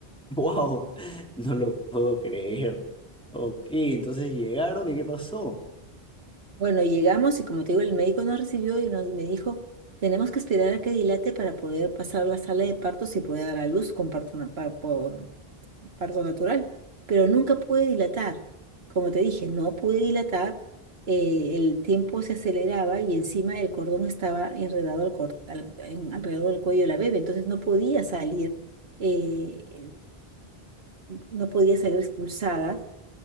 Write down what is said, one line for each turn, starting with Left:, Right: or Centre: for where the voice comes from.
Centre: ¡Wow! <laughs> No lo puedo creer. Ok, entonces llegaron y ¿qué pasó?
Right: Bueno, llegamos y como te digo, el médico nos recibió y nos, me dijo, tenemos que esperar a que dilate para poder pasar a la sala de partos y poder dar a luz con parto, na- par- por parto natural. Pero nunca pude dilatar. Como te dije, no pude dilatar, eh, el tiempo se aceleraba y encima el cordón estaba enredado al cor- al- en- alrededor del cuello de la bebé, entonces no podía salir, eh, no podía salir expulsada